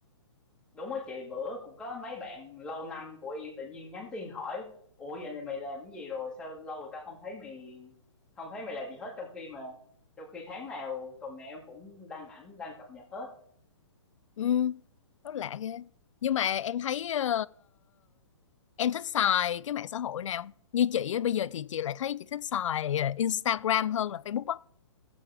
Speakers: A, in the centre; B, on the left.
A: đúng á chị bữa cũng có mấy bạn lâu năm của em tự nhiên nhắn tin hỏi ủa vậy này mày làm cái gì rồi sao lâu người ta không thấy mày không thấy mày làm gì hết trong khi mà trong khi tháng nào tuần nào em cũng đăng ảnh đăng cập nhật hết
B: Ừ, rất lạ ghê. Nhưng mà em thấy ờ, em thích xài cái mạng xã hội nào? Như chị á, bây giờ thì chị lại thấy chị thích xài ờ, Instagram hơn là Facebook á.